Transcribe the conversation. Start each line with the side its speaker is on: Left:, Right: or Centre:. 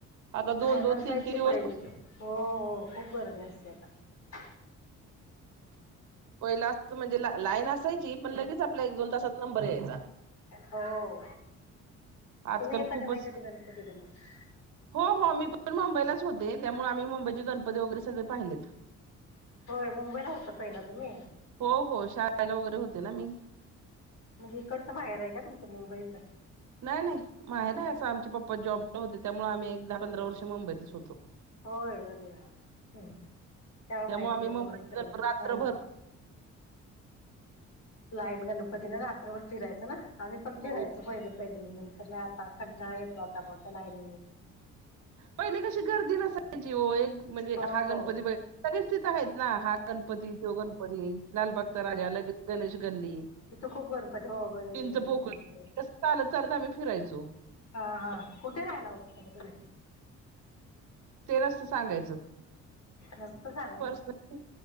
Right: आता
Left: म नसायची
Right: दिवस
Left: पहिला हो हो खूप गर्दी असत्या आता
Right: पहिला अस म्हणजे ला लाईन असायची पण लगेचं आपला एक दोन तासात नंबर यायचा.
Left: हो
Right: आजकाल
Left: तुम्ही येता
Right: खूपचं,
Left: का नाही कधी गणपतीला मग
Right: हो हो मी पण मुंबईलाच होते. त्यामुळे आम्ही मुंबईचे गणपती वगैरे सगळे पाहिलेत
Left: होय मुंबईला होता पहिला तुम्ही
Right: हो हो शाळेला वगैरे होते ना मी
Left: म्हणजे हिकडचं माहेर आहे का तुमचं मुंबईचं
Right: नाही नाही माहेर नाही असं आमचे पप्पा जॉब ला होते त्यामुळे आम्ही एक दहा पंधरा वर्ष मुंबईतच होतो.
Left: होय यार हम् तेव्हा
Right: त्यामुळे
Left: माहितीय
Right: आम्ही मुंबईत
Left: तुम्हाला सगळं
Right: रात्रभर
Left: हम् लाईन गणपती ना रात्रभर फिरायचं ना आम्ही पण फिरायचो
Right: हो.
Left: पहिले पहिले नंतरला आता कंटा येतो आता बता लायन
Right: पहिले कशी गर्दी नसायची हो एक म्हणजे
Left: हो
Right: हा गणपती बा सगळेच तिथ आहेत ना हा गणपती त्यो गणपती लाल बागचा राजाला गणेश गल्ली
Left: तिथ खूप गणपती हो गणेश
Right: चिंच
Left: गल्ले
Right: पोकळी
Left: इथे
Right: कसं चालत चालत आम्ही फिरायचो
Left: हा हा कुठे राहायला होतता मग तुे
Right: तेलाचत सांगायचं
Left: नुसतं सांगायचं
Right: पर्सनल